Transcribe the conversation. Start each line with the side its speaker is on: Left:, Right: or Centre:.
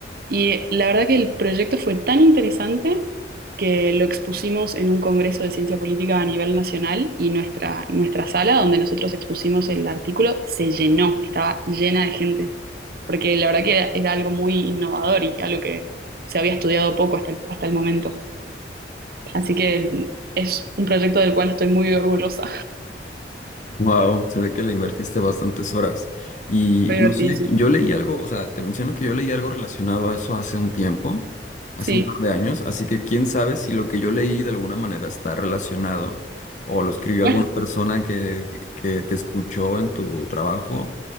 Right: Y la verdad que el proyecto fue tan interesante que lo expusimos en un congreso de ciencia política a nivel nacional y nuestra, nuestra sala donde nosotros expusimos el artículo se llenó, estaba llena de gente, porque la verdad que era, era algo muy innovador y algo que se había estudiado poco hasta el- hasta el momento. Así que es un proyecto del cual estoy muy orgullosa.
Left: Wow, se ve que le invertiste bastantes horas. Y
Right: Fue divertidísimo.
Left: no sé, yo leí algo, o sea, te menciono que yo leí algo relacionado a eso hace un tiempo, hace
Right: Sí.
Left: un par de años, así que quién sabe si lo que yo leí de alguna manera está relacionado o lo escribió alguna
Right: <laughs>
Left: persona que, que te escuchó en tu trabajo.